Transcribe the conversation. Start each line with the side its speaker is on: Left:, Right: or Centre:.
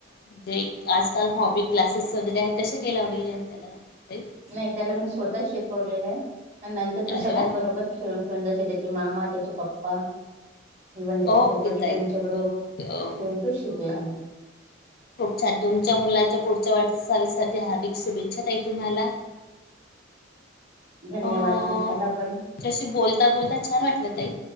Left: म्हणजे आजकाल हॉबी क्लासेस वगैरे आहेत, तसे काय. लावली आहेत त्याला. ताई
Right: नाही. त्याला मी स्वतः शिकवलेलं आहे. आणि नंतर तो
Left: अरे
Right: सगळ्यां
Left: वा
Right: बरोबर खेळून पण जसे त्याचे मामा, त्याचे पप्पा, इव्हन त्याच्या
Left: ओके
Right: फुपाजी
Left: ताई
Right: त्यांच्याबरोबर
Left: ओके ओके
Right: खेळून तो शिकला
Left: हो हो
Right: आहे.
Left: हो खूप छान! तुमच्या मुलाच्या पुढच्या वाटचाचालीसाठी हार्दिक शुभेच्छा ताई तुम्हाला.
Right: धन्यवाद
Left: अं
Right: तुम्हाला पण
Left: तुमच्याशी बोलता, बोलता छान वाटलं ताई.